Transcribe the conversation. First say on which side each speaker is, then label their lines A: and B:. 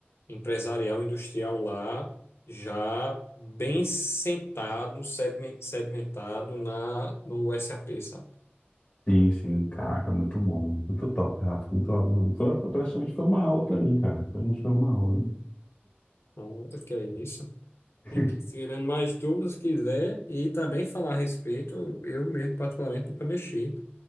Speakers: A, on the left; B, on the left.
A: empresarial, industrial lá, já bem sentado, sedmen- sedimentado na, no SAP, sabe?
B: Sim, sim, caraca, muito bom, muito top, Rafa, muito top. Foi, praticamente foi uma aula pra mim, cara, praticamente foi uma aula. hein?
A: Então, acho que é isso.
B: <laughs>
A: E tirando mais dúvidas, se quiser, e também falar a respeito, eu mesmo, particularmente, nunca mexi.